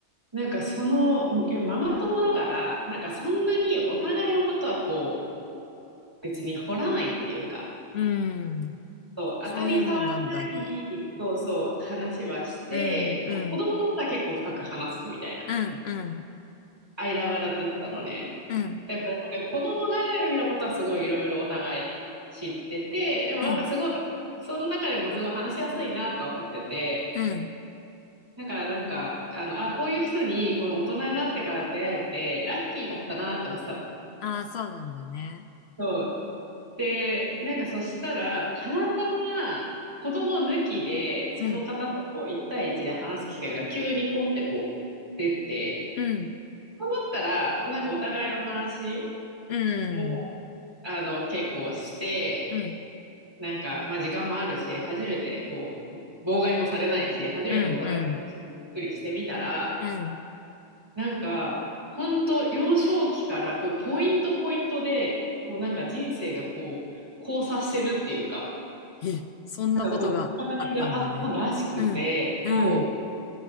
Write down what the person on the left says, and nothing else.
うん。
そういうもんなんだね。
うん、
うん、うん、うん、
うん、
うん、
うん。
ああ、そうなんだね。
うん、うん、
う
ん、
うん、
うん、うん、うん。
え、そんなことがあったんだね。
うん、うん、